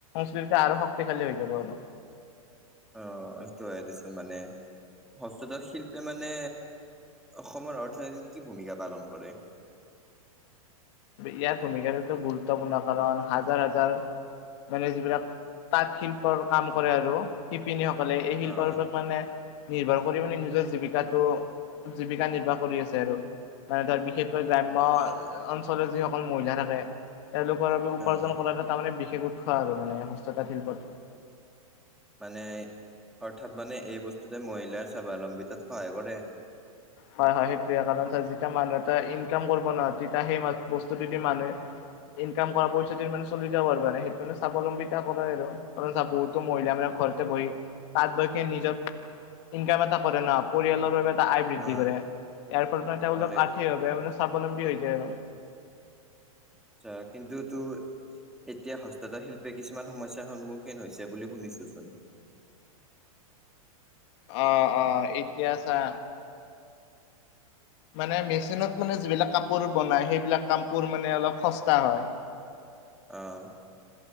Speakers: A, on the left; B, in the centre.
A: আৰু শক্তিশালী হৈ যাব আৰু
B: অ, সেইটো হয় দিচোন মানে হস্ততাঁত শিল্পী মানে অসমৰ অৰ্থনীতিত কি ভূমিকা পালন কৰে?
A: ইয়াত ভূমিকাতো গুৰুত্বপূৰ্ণ কাৰণ হাজাৰ, হাজাৰ মানে যিবিলাক তাঁত শিল্প আৰু কাম কৰে আৰু শিপিনীসক ক'লে এই
B: আহ
A: শিল্পৰ ওপৰত মানে নিৰ্ভৰ কৰি মানে নিজৰ জীৱিকাটো জীৱিকা নিৰ্বাহ কৰি আছে। আৰু মানে ধৰ বিশেষ গ্ৰাম্য
B: আচ্ছা
A: অঞ্চলৰ যিসকল মহিলা থাকে, তেওঁলোকৰ বাবে উপাৰ্জন
B: আহ
A: কৰা এটা তাৰমানে বিশ কোট খোৱা আৰু মানে হস্ততাঁত শিল্পত
B: মানে অৰ্থাৎ মানে এই বস্তুতে মহিলাৰ স্বাৱলম্বিতাত সহায় কৰে।
A: হয়, হয় হেটোৱে কাৰণ যেতিয়া মানুহ এটাই ইনকাম কৰিব নোৱা, তেতিয়া সেই বস্তুটো দি মানুহে ইনকাম কৰা পইচাটো দি মানে চলি যাব আৰু মানে সেইটো স্বাৱলম্বিতা কৰে আৰু কাৰণ বহুতো মহিলা মানে ঘৰতে বহি তাঁত বৈকে নিজৰ ইনকাম এটা কৰে না। পৰিয়ালৰ বাবে এটা আই বৃ
B: আহ
A: কৰে ইয়াৰ ফলত মানে তেওঁলোক
B: কৰে।
A: আৰ্থিকভাৱ মানে স্বাৱলম্বী হৈ যায় আৰু
B: আচ্ছা কিন্তু তো এতিয়া হস্ততা শিল্পে কিছুমান সমস্যা সন্মুখীন হৈছে বুলি শুনিছোচোন।
A: অ-অ এতিয়া চা মানে মেচিনত মানে যিবিলাক কাপোৰ বনাই সেইবিলাক কামবোৰ মানে অলপ সস্তা হয়।
B: অহ